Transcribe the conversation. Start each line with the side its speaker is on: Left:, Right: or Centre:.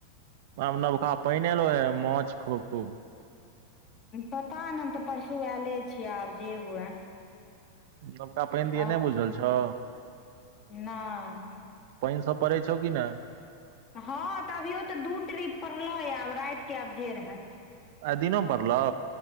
Right: आ नबका पाइन एलौ है माछ ख खूब
Left: पता न हम तऽ परसू आयले छियै आब जे हुए
Right: नवका पानि दियअ
Left: आ
Right: नहि बुझल छौ
Left: नहि
Right: पानि सब पड़ै छौ कि नहि
Left: हँ तऽ अभियो तऽ दू ट्रीप पड़लै य आब रातिके आब जे रहै
Right: आइ दिनो परलौ